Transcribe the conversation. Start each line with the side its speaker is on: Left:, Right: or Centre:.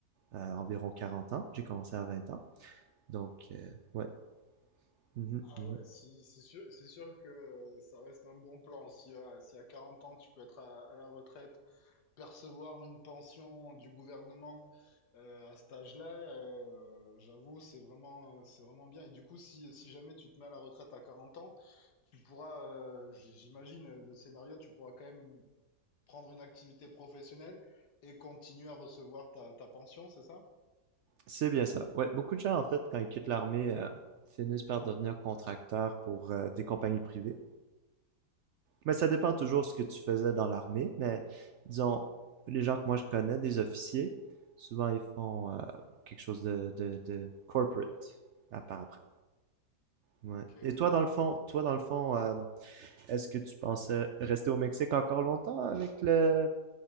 Right: euh, environ 40 ans. J'ai commencé à 20 ans. Donc, euh, ouais. Mhm,
Left: Ah
Right: mhm.
Left: ouais, si, c'est sûr, c'est sûr que euh, ça reste un bon plan. Si, euh, si à 40 ans, tu peux être à, à la retraite, percevoir une pension du gouvernement euh, à cet âge-là, euh, j'avoue, c'est vraiment, c'est vraiment bien. Et du coup, si, si jamais tu te mets à la retraite à 40 ans, tu pourras, euh, j- j'imagine, euh, le scénario, tu pourras quand même prendre une activité professionnelle et continuer à recevoir ta, ta pension, c'est ça?
Right: C'est bien ça. Ouais, beaucoup de gens, en fait, quand ils quittent l'armée, euh, finissent par devenir contracteurs pour euh, des compagnies privées. Mais ça dépend toujours ce que tu faisais dans l'armée. Mais disons, les gens que moi je connais, des officiers, souvent ils font euh, quelque chose de, de, de corporate à part après. Ouais.
Left: Ok.
Right: Et toi, dans le fond, toi, dans le fond, euh, est-ce que tu pensais rester au Mexique encore longtemps avec le